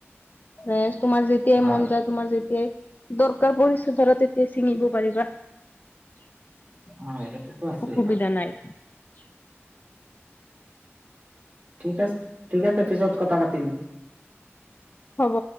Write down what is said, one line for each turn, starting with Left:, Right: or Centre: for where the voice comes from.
Left: ম তোমাৰ যেতিয়াই
Right: হয়
Left: মন যায় তোমাৰ যেতিয়াই দৰকাৰ পৰিচা ধৰা তেতিয়া ছিঙিব পাৰিবা <unintelligible>
Right: হয় সেইটোতো আছে
Left: অসুবিধা
Right: আৰু
Left: নাই <unintelligible>
Right: ঠিক আছে ঠিক আছে। পিছত কথা পাতিম।
Left: হ'ব।